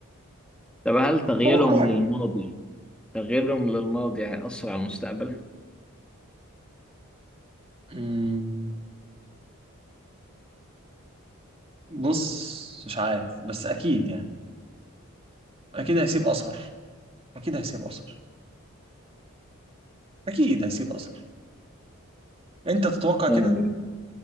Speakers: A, in the centre; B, on the right.
A: طب هل تغييرهم
B: توقعي
A: للماضي تغييرهم للماضي هيأثر على المستقبل؟
B: أمم، بص مش عارف بس اكيد يعني اكيد هيسيب اثر اكيد هيسيب اثر اكيد هيسيب اثر انت تتوقع
A: يعني
B: كده